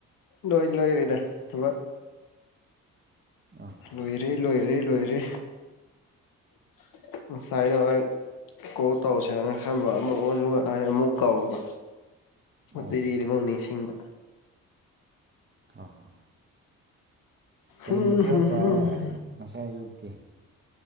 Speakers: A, on the left (about 70°); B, on the right (about 30°).
A: ꯂꯣꯏ ꯂꯣꯏꯔꯦꯗꯥ ꯊꯕꯛ
B: ꯑꯥ
A: ꯂꯣꯏꯔꯦ ꯂꯣꯏꯔꯦ ꯂꯣꯏꯔꯦ꯫ <unintelligible> ꯀꯣꯜ ꯇꯧꯁꯦꯅ ꯈꯟꯕꯥ ꯑꯃꯨꯛ ꯀꯥꯎꯕ
B: ꯍꯣꯏ
A: ꯑꯃꯨꯛ ꯅꯤꯡꯁꯤꯡꯕ
B: ꯍꯥ ꯀꯔꯤ
A: ꯍꯨꯝ
B: ꯃꯥꯊꯦꯜ
A: ꯍꯨꯝ
B: ꯆꯥꯏꯌꯦ
A: ꯍꯨꯝ ꯍꯨꯝ
B: ꯉꯁꯥꯏ ꯑꯌꯨꯛꯇꯤ꯫